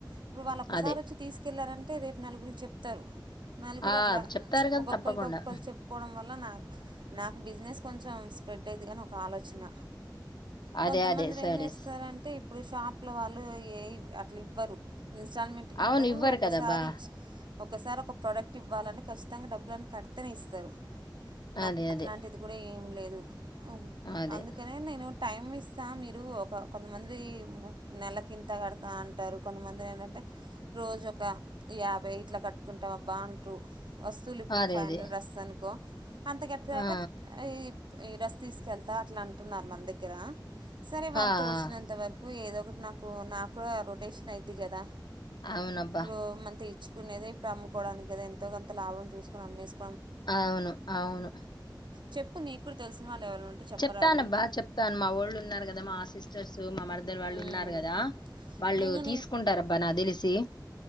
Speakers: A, on the right (about 80°); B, on the left (about 65°).
A: ఇప్పుడు వాళ్ళు ఒక్కసారి
B: అదే.
A: వచ్చి తీస్ కెళ్లారంటే రేప్ నలుగురికి చెప్తారు. నలుగురు
B: ఆ!
A: అట్లా
B: చెప్తారు కదా!
A: ఒక్కొక్కరికి
B: తప్పకుండా.
A: ఒక్కొక్కలు చెప్పుకోవడం వల్ల నా నాకు బిజినెస్ కొంచం స్ప్రెడ్ అయిదిగాని ఒక ఆలోచన
B: అదే,
A: కొంతమందిల
B: అదే. సారీస్.
A: ఏం చేస్తారంటే ఇప్పుడు షాప్లో వాళ్ళు ఏ ఇట్లివ్వరు ఇన్స్టాల్మెంట్కి
B: అవును.
A: ఇవ్వరు
B: కదబ్బా!
A: ఒసారి ఇచ్ ఒకసారి ఒక ప్రొడక్ట్ ఇవ్వాలని కస్ చ్చితంగా డబ్బులన్ని కడ్తేనే ఇస్తరు. నాక్
B: అదే,
A: అట్లాంటిది
B: అదే.
A: కూడా ఏం లేద్ అ
B: అదే.
A: అందుకనే నేను టైం ఇస్తా మీరు ఒక కొంతమంది నెల కింత కడ్తా అంటారు కొంతమంది ఏంటంటే రోజొక యాభై ఇట్ల కట్టుకుంటాం అబ్బా అంటు వస్తువులు ఇప్పుడు
B: అదే,
A: ఫైవ్
B: అదే.
A: హండ్రెడ్ డ్రెస్ అనుకో అంత గట్టుడయ్యాక
B: ఆ!
A: <inaudible> ఈ డ్రెస్ తీస్కెళ్తా అట్లా అంటున్నారు మన దగ్గరా సరే వాళ్ళతో
B: ఆ!
A: వచ్చినంత
B: ఆ!
A: వరకు ఏదో ఒకటి నాకు నాక్కూడా రొటేషన్ అయిద్ది కదా
B: అవునబ్బా!
A: ఇప్పుడు <inaudible> ఉన్నదే ప్రము కోడానికి కదా ఎంతో గం అవం చూస్కొని అమ్మేస్
B: అవును అవును
A: చెప్పు నీకు కూడా తెలిసిన వాళ్ళు ఎవరైనా ఉంటే చెప్పరాదు
B: చెప్తానబ్బా చెప్తాను మా వోళ్ళు ఉన్నారు కదా మా సిస్ స్టర్స్ మా మర్దల్ వాళ్ళు
A: ఉమ్
B: ఉన్నారు కదా వాళ్ళు
A: నేను
B: తీసుకుంటారబ్బా నాక్ తెల్సి